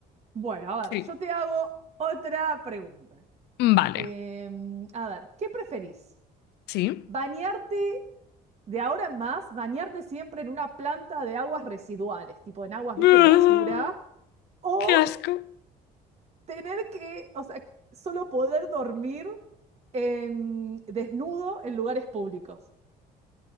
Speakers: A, on the right (about 40°); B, on the left (about 75°).
A: Bueno, a
B: Sí.
A: ver, yo te hago otra pregunta.
B: Vale.
A: Em, a ver, ¿qué preferís?
B: Sí.
A: ¿Bañarte de ahora en más, bañarte siempre en una planta de aguas residuales, tipo en aguas,
B: <laughs>
A: viste,
B: Ah,
A: de basura? ¿O
B: Qué asco.
A: tener que, o sea, solo poder dormir en- desnudo en lugares públicos?